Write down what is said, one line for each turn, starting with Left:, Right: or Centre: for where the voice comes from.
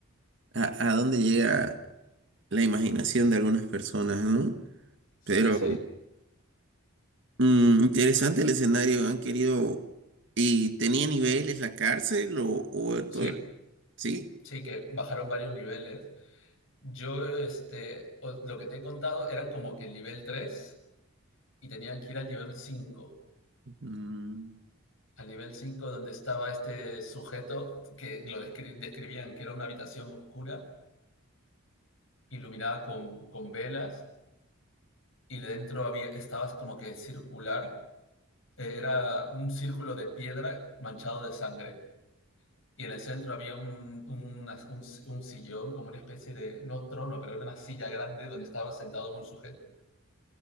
Right: a, a dónde llega la imaginación de algunas personas, ¿no? Sí. Pero
Left: Sí, sí,
Right: mm, interesante el escenario, han querido... ¿Y tenía niveles la cárcel o, o todo?
Left: sí,
Right: Sí.
Left: sí, que bajaron varios niveles Yo, este, os- lo que te he contado eran como que el nivel 3 y tenían que ir al nivel 5.
Right: Mm,
Left: Al nivel 5 donde estaba este sujeto que lo descri- describían que era una habitación oscura, iluminada con, con velas y dentro había, estabas como que circular. eh, Era un círculo de piedra manchado de sangre. Y en el centro había un, una- un, un sillón, como una especie de, no trono, pero era una silla grande donde estaba sentado un sujeto.